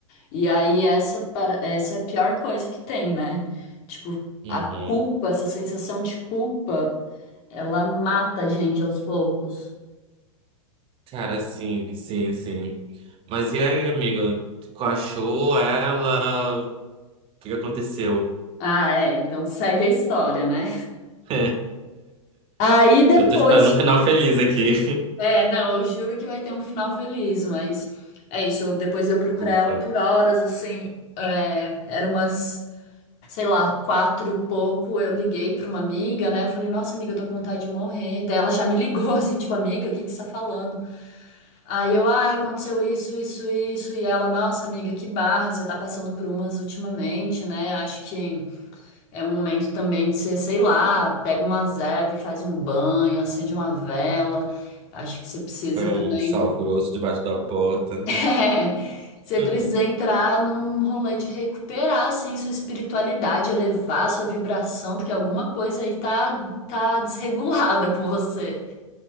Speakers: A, on the left (about 40°); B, on the right (about 30°).
A: E aí essa para- essa é a pior coisa que tem, né? Tipo,
B: Uhum.
A: a culpa, essa sensação de culpa, ela mata a gente aos poucos.
B: Cara, sim, sim, sim. Mas e aí, amigo? Tu achou ela? O que que aconteceu?
A: Ah, é, então segue a história, né?
B: <laughs>
A: Aí depois
B: Eu tô esperando um final
A: de
B: feliz aqui.
A: É, não, eu juro que vai ter um final feliz, mas é isso. eu- depois de eu procurar
B: <laughs> Ufa.
A: ela por horas, assim, é, era umas, sei lá, quatro e pouco. Eu liguei pra uma amiga, né? Eu falei, nossa, amiga, eu tô com vontade de morrer. Daí ela já me ligou, <laughs> assim, tipo, amiga, o que que você tá falando? Aí eu, ah, aconteceu isso, isso, isso. E ela, nossa, amiga, que barra, você tá passando por umas ultimamente, né? Acho que é um momento também de você, sei lá, pega umas ervas e faz um banho, acende uma vela. Acho que você precisa
B: Foi um
A: também.
B: sal grosso debaixo da porta.
A: <laughs> É, você
B: <laughs>
A: precisa entrar num rolê de recuperar, assim, sua espiritualidade, elevar sua vibração, porque alguma coisa aí tá, tá desregulada com você.